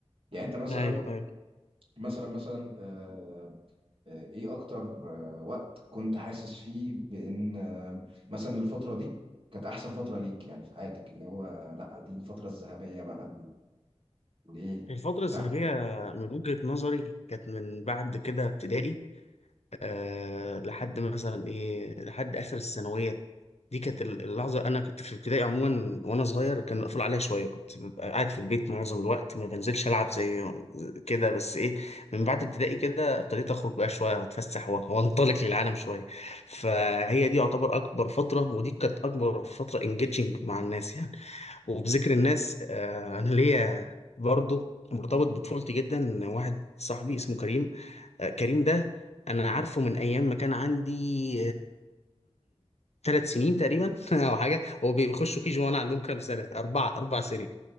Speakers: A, on the right; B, on the left.
A: يعني انت مثلا
B: ايوه ايوه
A: مثلا مثلا آه، آه، ايه اكتر آه، وقت كنت حاسس فيه بان آه، مثلا الفترة دي كانت احسن فترة ليك يعني في حياتك اللي هو لا دي الفترة الذهبية بقى اللي ايه
B: الفترة الذهبية
A: بتاعتك
B: من وجهة نظري كانت من بعد كده ابتدائي أه لحد مثلا إيه لحد آخر الثانوية دي كانت اللحظة أنا كنت في ابتدائي عموما وأنا صغير كان مقفول عليا شوية كنت ببقى قاعد في البيت معظم الوقت ما بنزلش ألعب زي كده بس إيه من بعد ابتدائي كده ابتديت أخرج بقى شوية وأتفسح و- وأنطلق للعالم شوية فهي دي يعتبر أكبر فترة ودي كانت أكبر فترة انجيجنج مع الناس يعني وبذكر الناس آه، انا ليا برضه مرتبط بطفولتي جدا واحد صاحبي اسمه كريم آه، كريم ده انا عارفه من ايام ما كان عندي ثلاث سنين تقريبا <laughs> او حاجه هو بيخشوا كيجي وانا عندهم كام سنه اربعه اربع سنين